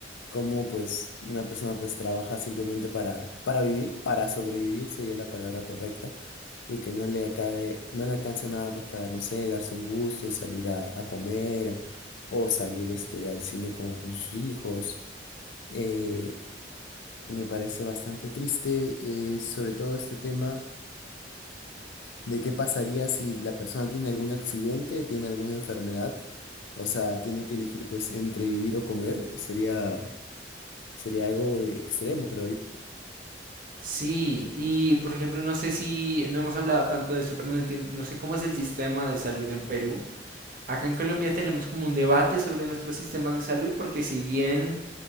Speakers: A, on the left; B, on the right.
A: cómo pues una persona pues trabaja simplemente para, para vivir, para sobrevivir sería la palabra correcta, y que no le acabe, no le alcance nada pues para, no sé, darse un gusto, salir a, a comer o salir este, al cine con, con sus hijos. Eh, me parece bastante triste, eh, sobre todo este tema de qué pasaría si la persona tiene algún accidente, tiene alguna enfermedad, o sea, tiene que elegir pues entre vivir o comer, sería, sería algo eh, extremo, creo yo.
B: Sí, y por ejemplo, no sé si no hemos hablado tanto de eso, pero no entiendo, no sé cómo es el sistema de salud en Perú. Acá en Colombia tenemos como un debate sobre nuestros sistemas de salud, porque si bien